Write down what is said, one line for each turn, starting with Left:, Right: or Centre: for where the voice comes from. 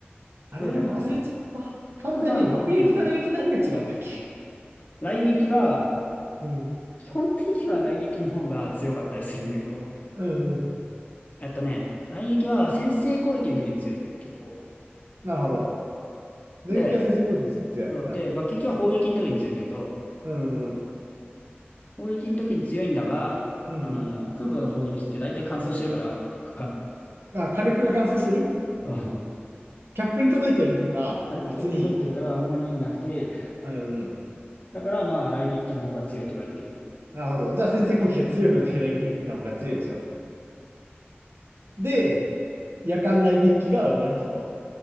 Right: あれ、
Left: これはそう。
Right: なんか忘れちゃった。完全に爆撃と雷撃何が違うんだっけ
Left: ただ、うん。雷撃は、
Right: うん。
Left: 基本的には雷撃の方が強かったりするんだけど、
Right: うんうん。
Left: えっとね、雷撃は先制攻撃の時に強い。結構。
Right: なるほど。雷撃は先制攻撃につく強い。
Left: で、そうで、
Right: うん。
Left: 爆撃は砲撃の時に強いんだけど、
Right: うんうん。
Left: 砲撃の時に強いんだが、
Right: うんう
Left: あの、空母の砲撃って大体乾燥してるから、<laughs>
Right: ん。あ、火力が乾燥してる
Left: うん
Right: キャップに届いてるんだから、
Left: 軽く欠粉取れてるからあんまり意味なくて、
Right: 別に。あうんうん。
Left: だからまあ、雷撃機の方が強いと言われている。
Right: なるほど。じゃあ先制攻撃が強い分だけ雷撃の方が強いでしょ、
Left: そう、
Right: みたいな。で、
Left: うん。
Right: 夜間雷撃機が生まれたと。